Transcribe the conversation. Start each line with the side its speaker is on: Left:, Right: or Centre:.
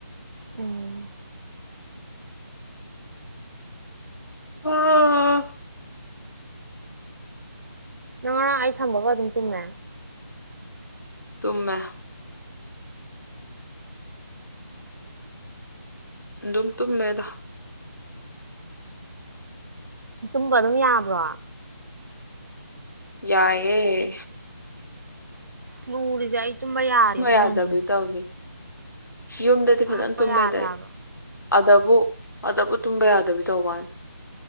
Right: ꯎꯝ
Left: <unintelligible>
Right: ꯅꯪ ꯉꯔꯥꯡ ꯑꯩ ꯊꯝꯕꯒ ꯑꯗꯨꯝ ꯇꯨꯝꯃꯦ
Left: ꯇꯨꯝꯃꯦ ꯑꯗꯨꯝ ꯇꯨꯝꯃꯦꯗ
Right: ꯇꯨꯝꯕ ꯑꯗꯨꯝ ꯌꯥꯕ꯭ꯔꯣ
Left: ꯌꯥꯏꯌꯦ
Right: ꯑꯁ ꯂꯨꯔꯤꯖꯦ ꯑꯩ ꯇꯨꯝꯕ ꯌꯥꯔꯦ ꯑꯗꯨꯅꯅꯦ
Left: ꯌꯥꯗꯕꯤ ꯇꯧꯅꯤ ꯌꯨꯝꯗꯗꯤ
Right: ꯇꯨꯝꯕ
Left: ꯐꯖꯅ ꯇꯨꯝꯃꯦꯗ
Right: ꯌꯥꯗꯦ
Left: ꯑꯩ
Right: ꯍꯥꯏꯕ
Left: ꯑꯗꯕꯨ ꯑꯗꯕꯨ ꯇꯨꯝꯕ ꯌꯥꯗꯕꯤ ꯇꯧꯕꯥꯋꯥꯅꯦ